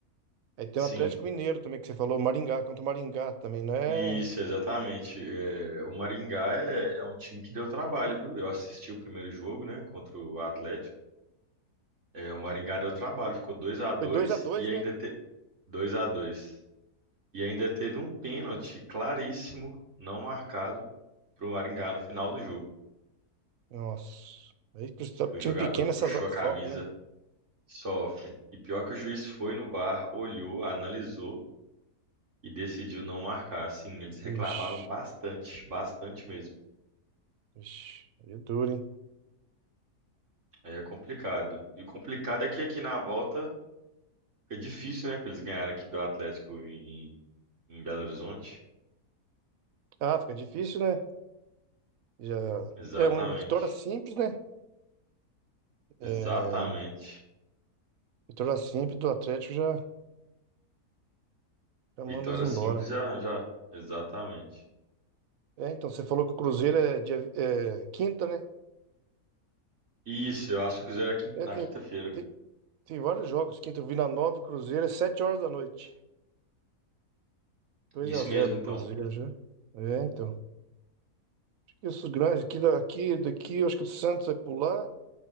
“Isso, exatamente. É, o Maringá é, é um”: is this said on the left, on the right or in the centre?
Right